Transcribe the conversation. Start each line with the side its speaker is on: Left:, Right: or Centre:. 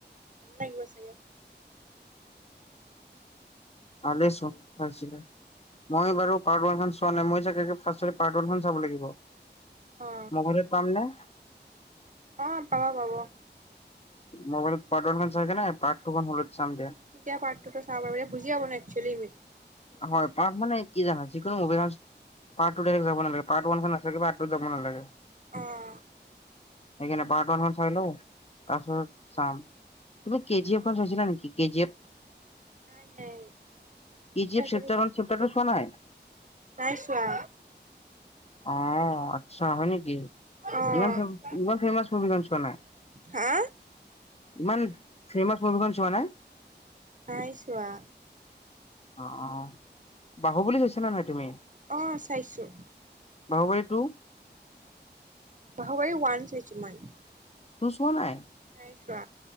Right: ভালে লাগিব চাগে।
Left: অ ভছিল মই বাৰু পাৰ্ট ওৱান চোৱা নাই মই চাগে ফ পাৰ্ট ওৱান চাব লাগিব।
Right: অ
Left: মগৰ পাম ন?
Right: অ পাবা পাব।
Left: মোবাইলত পাৰ্ট ওৱান খন চাই কেনে
Right: তেতিয়া
Left: পাৰ্ট
Right: তেতিয়া
Left: টু খন হলত চাম দিয়া।
Right: পাৰঠটোতো চাব পাৰে বুজি পাব ন একেল
Left: হয় পাক মানে কি জানা যিকোনো মুভি পাৰ্ট টু ত যাব নালাগে পাৰ্ট ৱান টু যাব নালাগে।
Right: অহ।
Left: সখ পাৰ্ট ওান খ চাইল তাৰপিছত চাম তুমি কেজি
Right: অ
Left: এফ খ চাইছিলা নেকি কেজি এফ।
Right: নাই নাই। তুমি
Left: ইিপ
Right: চাইছা
Left: চেপাৰ
Right: নেকি
Left: চেপাৰটো চোৱা নাই।
Right: নাই চোৱা।
Left: অ', আচ্ছা হয় নেকি?
Right: অ
Left: ইমান ইমান ফেমাচ চোৱা নাই
Right: হা
Left: ইমান ফেমাচ ছোৱা নাই?
Right: নাইছোৱা।
Left: অ'-অ', বাহু বলি চাইছা নে নাই তুমি?
Right: অ', চাইছো।
Left: বাহুবলি টু?
Right: বাহুবলি ওৱান চাইছো মই।
Left: টু চোৱা নাই।
Right: নাই চোৱা।